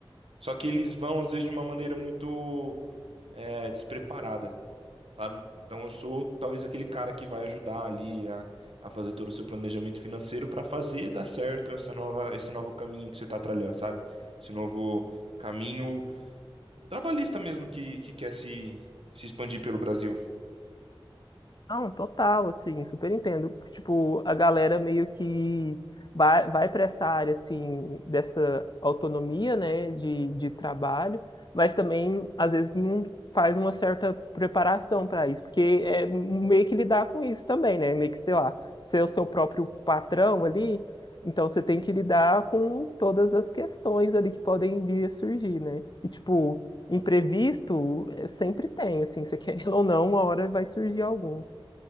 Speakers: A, on the right; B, on the left.
A: Só que eles vão, às vezes, de uma maneira muito é, despreparada, sabe? Então eu sou talvez aquele cara que vai ajudar ali a, a fazer todo o seu planejamento financeiro para fazer dar certo essa nova, esse novo caminho que você tá trilhando, sabe? Esse novo caminho trabalhista mesmo que, que quer se, se expandir pelo Brasil.
B: Não, total, assim, super entendo. Tipo, a galera meio que vai, vai para essa área, assim, dessa autonomia, né, de, de trabalho, mas também, às vezes, não faz uma certa preparação para isso, porque é meio que lidar com isso também, né, meio que, sei lá, ser o seu próprio patrão ali, então você tem que lidar com todas as questões ali que podem vir a surgir, né, e, tipo, imprevisto eh, sempre tem, assim, você <laughs> querendo ou não, uma hora vai surgir algum.